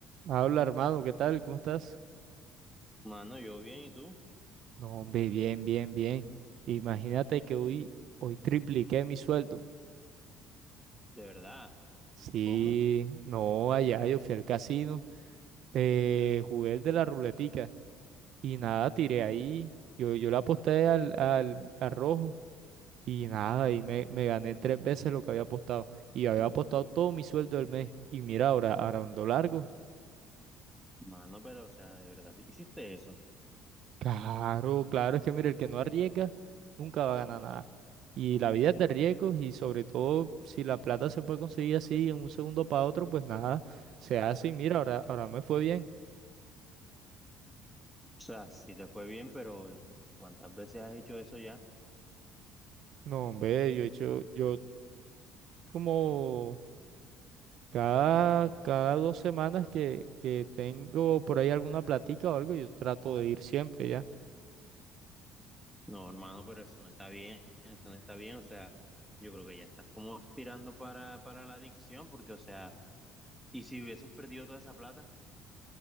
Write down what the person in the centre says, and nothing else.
Mano, yo bien, ¿y tú?
De verdad,
¿cómo?
Mano, pero, o sea, de verdad, ¿hiciste eso?
O sea, sí te fue bien, pero ¿cuántas veces has hecho eso ya?
No, hermano, pero eso no está bien, eso no está bien, o sea, yo creo que ya estás como tirando para, para la adicción, porque, o sea, ¿y si hubieses perdido toda esa plata?